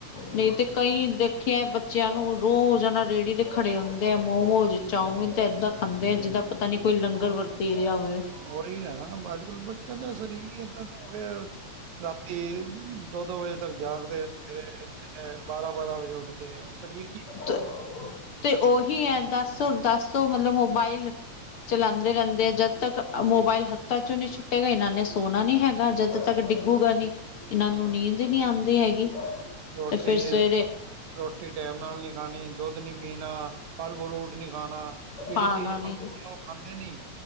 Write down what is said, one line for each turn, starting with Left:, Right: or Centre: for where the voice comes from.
Right: ਹਮ
Left: ਨਹੀਂ ਤੇ ਕਈ ਦੇਖ ਖੇ ਐ ਬੱਚਿਆਂ ਨੂੰ, ਰੋਜ਼ ਐਨਾ ਰੇੜੀ ਤੇ ਖੜੇ ਹੁੰਂਦੇ ਐ। ਮੋਮੋਜ਼, ਚਾਓਮਿਨ ਤੇ ਐਦਾਂ ਖਾਂਦੇ ਐ ਜਿੱਦਾਂ ਪਤਾ ਨੀ ਕੋਈ ਲੰਗਰ ਵਰਤੀ ਰਿਆ ਹੋਵੇ।
Right: ਮੋਰੀ ਲੈ ਰਾ ਅੱਜਕੱਲ੍ਹ ਬੱਚਿਆਂ ਦਾ ਸਰੀਰ ਈ ਐਦਾਂ ਦਾ ਹੋ ਗਿਐ ਰਾਤੀ ਦੋ-ਦੋ ਵਜੇ ਤੱਕ ਜਾਗਦੇ ਰੈੰਦੇ ਨੇ। ਸਵੇਰੇ ਬਾਰਾਂ-ਬਾਰਾਂ ਵਜੇ ਉੱਠਦੇ ਐ। ਓ ਸਰੀਰ ਕੀ
Left: ਤ, ਤੇ ਓਹੀ ਐ ਦਸ ਦਸ ਓ ਮਤਲਬ ਮੋਬਾਈਲ ਚਲਾਦੇ ਰੈੰਦੇ ਐ। ਜਦ ਤਕ ਮੋਬਾਇਲ ਹੱਥਾਂ ਚੋਂ ਨੀ ਛੁਟੇਗਾ ਇਹਨਾਂ ਨੇ ਸੋਣਾ ਨੀ ਹੈਗਾ। ਜਦ ਤੱਕ ਡਿੱਗ ਗੂ ਗਾ ਨੀ ਇਹਨਾਂ
Right: ਹਾਂ
Left: ਨੂੰ ਨੀਂਦ ਈ ਨੀ ਆਂਦੀ ਹੈਗੀ।
Right: ਰੋਟੀ
Left: ਤੇ ਫਿਰ ਸਵੇਰੇ
Right: ਰੋਟੀ ਟੈਮ ਨਾਲ ਨੀ ਖਾਣੀ, ਦੋਧ ਨੀ ਪੀਣਾ, ਫਲ-ਫਰੂਟ ਨੀਂ ਖਾਣਾ‌ ਜੇੜੀ
Left: ਖਾਣਾ
Right: ਚੀਜ਼
Left: ਨੀ
Right: ਖਾਣ ਦੀ ਐ, ਓਹ ਖਾਂਦੇ ਨੀ।